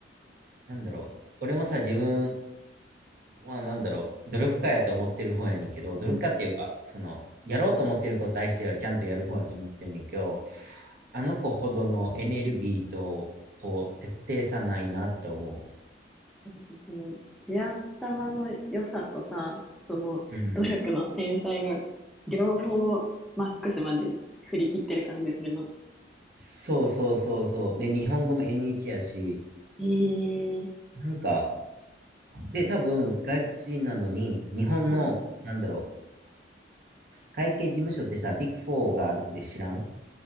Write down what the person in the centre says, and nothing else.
うん、
なんかその、地頭の良さとさ、その、
努力の天才が、両方、マックスまで振り切ってる感じするの。
ええ
あ、